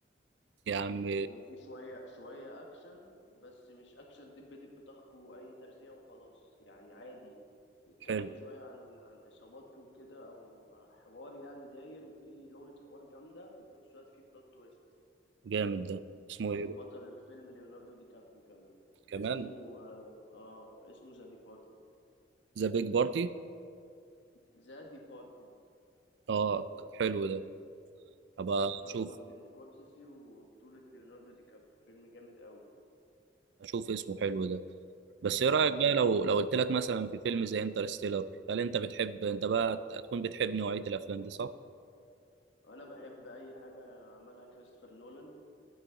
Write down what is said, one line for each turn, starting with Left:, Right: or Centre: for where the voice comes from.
Right: يا عم
Left: يكون في شوية شوية أكشن بس مش أكشن دب دب طخ وأي ترزيع وخلاص يعني عادي يتكلم
Right: حلو
Left: شوية عن عن عصاباته وكده أو حوار يعني داير وفي لغة حوار جامدة وفي نفس الوقت في بلوت تويست
Right: جامد ده اسمه
Left: وبطل
Right: ايه بقى؟
Left: الفيلم ليوناردو دي كابريو كمان
Right: كمان
Left: اسمه آه آه، اسمه ذا ديبارتد
Right: ذا بيج بارتي
Left: ذا ديبارتد
Right: اه طب حلو ده ابقى
Left: ده إخراج
Right: اشوف
Left: مارتن سكورسيسي وبطولة ليوناردو دي كابريو فيلم جامد قوي
Right: اشوف اسمه حلو ده بس ايه رايك
Left: اه
Right: بقى لو لو قلت لك مثلا في فيلم زي انترستيلر هل انت بتحب انت بقى هتكون بتحب نوعيه الافلام دي صح
Left: انا بحب اي حاجه عملها كريستوفر نولان